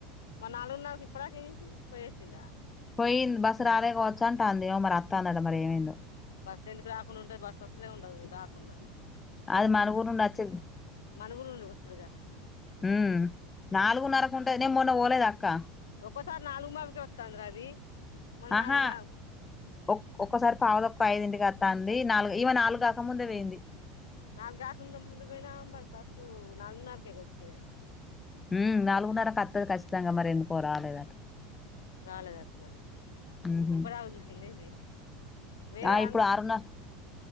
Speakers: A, on the left (about 80°); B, on the left (about 20°).
A: మరి నాలుగున్నరకు ఇప్పటిదాకా ఏం చేసింది పోయియోచిందా
B: పోయింది బస్ రాలే గావచ్చాంట అంది ఏమొ మరి అతందంట మరి ఏమైందో
A: బస్సు ఎందుకు రాకుండా ఉంటది బస్సు ఒస్తానే ఉండదు రాకుండా
B: అది మన ఊరు నుండి వచ్చేది
A: మనఊరు నుండి వత్తది గా
B: హ్మ్ నాలుగున్నరకు ఉంటది నే మొన్న పోలేదా అక్క
A: ఒక సారి నలుగు ఉమ్మ్బావుకే వత్తాది రా అది మొన్న
B: ఆహా
A: నాలుగు నా
B: ఒ ఒక్కసారి పావదక్ పైదింటికి వస్తాండి. నాలుగు ఈమె నాలుగు కాకముందే పోయింది.
A: నాలుగుకాక కుండా ముందు పోయినా, మరి బస్సు నాలుగున్నరకేగ వచ్చేది.
B: హ్మ్ నాలుగున్నర వత్తది ఖచ్చితంగా మరి ఎందుకో రాలేదంట
A: రాలేదంట్నా
B: ఉహు
A: ఇప్పటిదాకా చూసిందా ఏంది వేరే
B: ఆ ఇప్పుడు
A: అన్
B: ఆరున్న